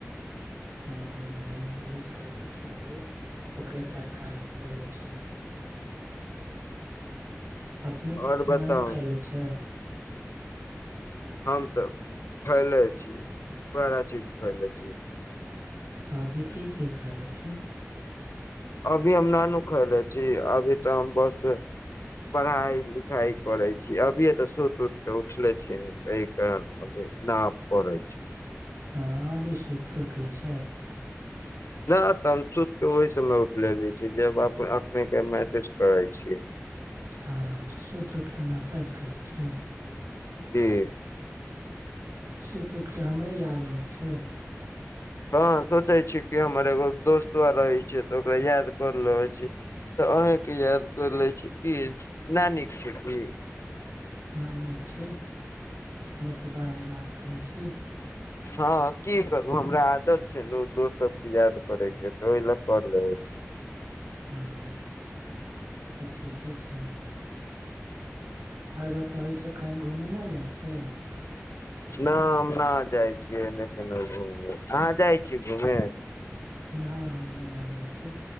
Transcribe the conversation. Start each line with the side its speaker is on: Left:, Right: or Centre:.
Right: हा उहे उहे खाय ले छै अभी ओकरे तरकारी खाय ले छै अपनेके
Left: और बताउ
Right: नय खैले छै
Left: हम त खैले छी बड़ा चीज खैले छी
Right: अभी की की खायले छै
Left: अभी हम नानुखैले छी अभी त हम बस पढ़ाई लिखाई करे छी अभिये त सुत उत के उठले छै न एहि कार ना परै छी
Right: अहा अभी सूइत क उठले छै
Left: नहि तब सुत के ओहि सम मे उठलेे छै जब अपने के मैसेज करै छी
Right: अ अच्छा सुत उठकऽ मेसेज कले छै
Left: जी
Right: सुत उठके हमरे याद अबइ छै
Left: हँ सोचै छी कि हमर एगो दोस्तो रहै छै तऽ ओकरा याद कर लेै छी तऽ अहें के याद कर ले छी की ना नीक छै की
Right: हँ नीक छी अपने तऽ बड़ा याद करै छी
Left: हँ की करू हमरा आदत छै ने दोस्त सबके याद करे के तऽ ओहि ला कर लेबै छी
Right: हँ तऽ ठीके छै आओर बतबै छै कहीँ घुमे नहि जाइ छै
Left: नहि हम न जाइ छियै ने केनहु घुमे अहाँ जाइ छी घूमे
Right: न हमहुँ नहि जाइ छै